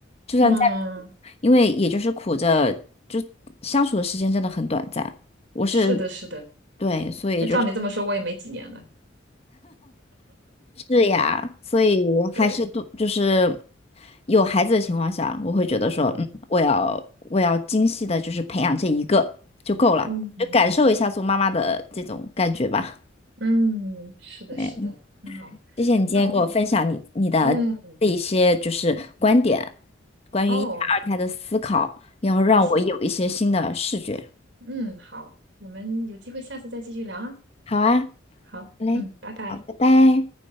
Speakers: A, on the left; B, on the right.
A: 就算再苦，
B: 嗯，
A: 因为也就是苦着，就相处的时间真的很短暂。我是，
B: 是的，是的，
A: 对，所以就是。
B: 那照你这么说，我也没几年了，
A: 是呀，所以还是都就是
B: 对，
A: 有孩子的情况下，我会觉得说，
B: 嗯
A: 嗯，我要我要精细的，就是培养这一个就够了，
B: 嗯，嗯
A: 就感受一下做妈妈的这种感觉吧。
B: 嗯，是的，
A: 对，
B: 是的，很好，
A: 谢谢你今天给我分享你你的这一些就是观点，
B: 那我，嗯，
A: 关于一胎二胎的思考，
B: 哦，
A: 然后让我有一些新的视觉。
B: 对不起，嗯，好，我们有机会下次再继续聊啊，
A: 好啊，好
B: 好，
A: 嘞，
B: 嗯，拜拜。
A: 好，拜拜。